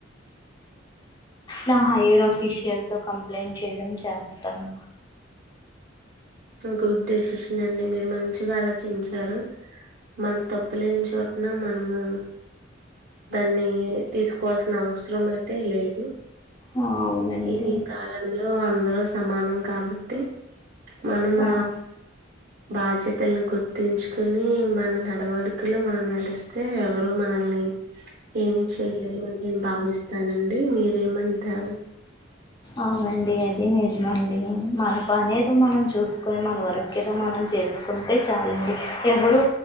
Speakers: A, on the left; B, on the right.
A: నా హైయర్ అఫీషియల్ తో కంప్లైంట్ చేయడం చేస్తాను
B: గుడ్ డేసిషన్ అండి మీరు మంచిగా ఆలోచించారు, మన తప్పు లేని చోటన మనము దాన్ని తీసుకోవాల్సిన అవసరం అయితే లేదు
A: ఆ అవునండి
B: ఈ కాలంలో అ న్ అందరూ సమానం కాబట్టి మనమ్ మా
A: అవును
B: బాజ్యాతల్ను గుర్త్ గుర్తుంచుకొని మన నడవడికలో మనం నడిస్తే, ఎవరు మనల్ని ఏమి చేయలేరు అని నేను భావిస్తానండి, మీరేమంటారు
A: అవునండి అది నిజమండి, మన పని ఏదో మనం చూస్కొని మన వర్క్ ఏదో మనం చేస్కుంటే చాలండి, ఎవరు